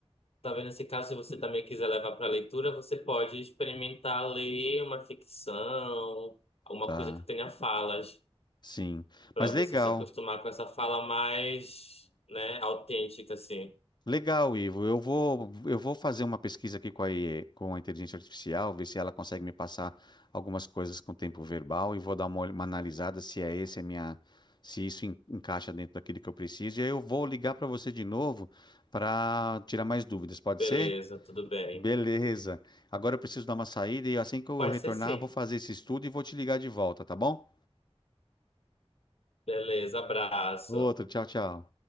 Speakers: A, on the left; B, on the left.
A: talvez nesse caso, se você também quiser levar para leitura, você pode experimentar ler uma ficção, alguma
B: tá?
A: coisa que tenha falas.
B: Sim.
A: para
B: Mas legal.
A: você se acostumar com essa fala mais, né, autêntica, assim.
B: Legal, Ivo. Eu vou, eu vou fazer uma pesquisa aqui com a, IE com a inteligência artificial, ver se ela consegue me passar algumas coisas com tempo verbal e vou dar uma, olh- uma analisada se é esse a minha, se isso en- encaixa dentro daquilo que eu preciso. E aí eu vou ligar para você de novo para tirar mais dúvidas. Pode
A: Beleza,
B: ser?
A: tudo bem.
B: Beleza. Agora eu preciso dar uma saída e assim que eu
A: Pode
B: retornar,
A: ser sim.
B: eu vou fazer esse estudo e vou te ligar de volta, tá bom?
A: Beleza, abraço.
B: Outro, tchau, tchau.